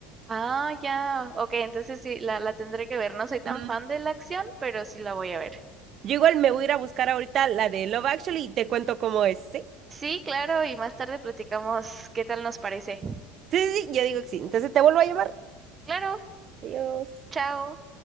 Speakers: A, on the right (about 25°); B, on the right (about 45°).
A: Ah, ya. Ok, entonces sí, la, la tendré que ver. No soy tan
B: Ujú.
A: fan de la acción, pero sí la voy a ver.
B: Yo igual me voy a ir a buscar ahorita la de Love Actually y te cuento cómo es, ¿sí?
A: Sí, claro, y más tarde platicamos qué tal nos parece.
B: Sí, sí, sí, yo digo que sí. Entonces te vuelvo a llamar.
A: Claro,
B: Adiós.
A: chao.